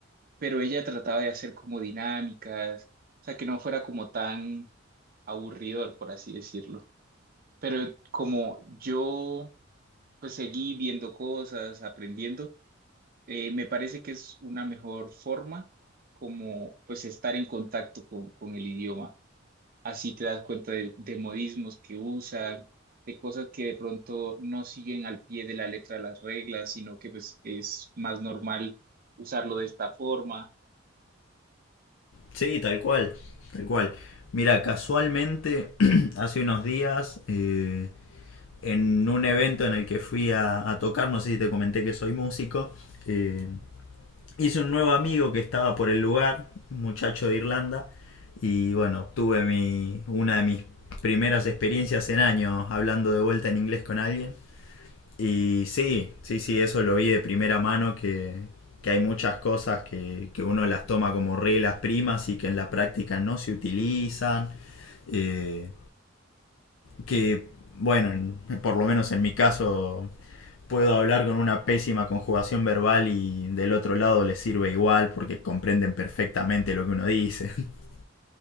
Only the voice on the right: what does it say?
pero ella trataba de hacer como dinámicas, o sea, que no fuera como tan aburridor, por así decirlo. Pero como yo pues seguí viendo cosas, aprendiendo, eh, me parece que es una mejor forma como pues estar en contacto con, con el idioma. Así te das cuenta de, de modismos que usan, de cosas que de pronto no siguen al pie de la letra las reglas, sino que pues es más normal usarlo de esta forma.